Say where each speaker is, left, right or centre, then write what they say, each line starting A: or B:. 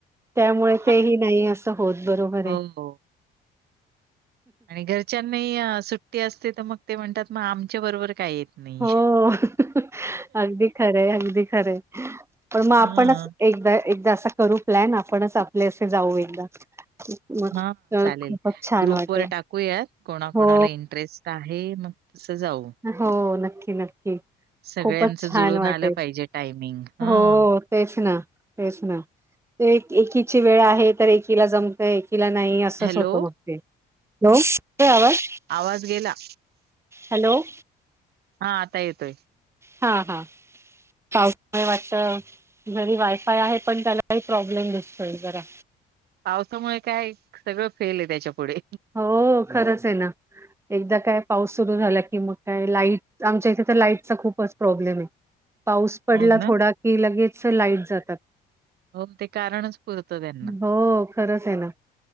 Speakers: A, on the right; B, on the right.
A: त्यामुळे
B: हां.
A: तेही नाही असं होत बरोबर
B: हो,
A: आहे.
B: हो. आणि घरच्यांनाही सुट्टी असते तर मग ते म्हणतात मग आमच्या बरोबर का येत नाही?"
A: हो हो अगदी खरं आहे, अगदी खरं आहे. पण मग आपणचं
B: हं,
A: एकदा एकदा असा करू प्लॅन आपणचं आपले असे जाऊ एकदा. मग
B: हा
A: तर
B: चालेल,
A: खूपच छान
B: ग्रुप
A: वाटेल
B: वर टाकूयात कोणाकोणाला
A: हो
B: इंटरेस् ट आहे मग तसं जाऊ.
A: हो नक्की नक्की
B: सगळ्यांचं
A: खूपचं छान
B: जुळून
A: वाटेल
B: आलं पाहिजे टायमिंग हं.
A: हो. तेच ना तेच ना. ते एक एकीची वेळ आहे तर एकीला जमतंय एकीला नाही असं
B: हॅलो
A: असंच होतं मग ते, हॅलो येतोय आवाज.
B: आवाज गेला.
A: हॅलो.
B: हा आता येतोय.
A: हा हा. पाऊस आहे वाटतं, घरी वायफाय आहे पण त्याला काही प्रॉब्लेम दिसतोय जरा.
B: पावसामुळे काय सगळं फेल आहे त्याच्यापुढे.
A: हो खरंच आहे ना. एकदा काय पाऊस सुरू झाला की मग काय लाईट आमच्या इथे तर लाईटचा खूपच प्रॉब्लेम आहे. पाऊस पडला
B: हो ना
A: थोडा की लगेच लाईट जातात.
B: हो ते कारणच पुरतं त्यांना.
A: हो खरंच आहे ना,